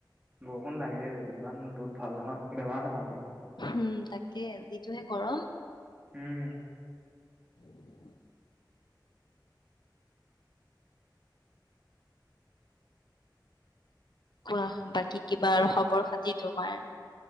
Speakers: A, on the right; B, on the left.
A: বৰষুণ লাগে। ইমান ৰ'দ ভাল নহয়। বেমাৰ হয় মানুহৰ।
B: উম', তাকে। যিটোহে গৰম।
A: উম'।
B: <inaudible> কোৱা, বাকী কিবা আৰু খবৰ খাতি তোমাৰ?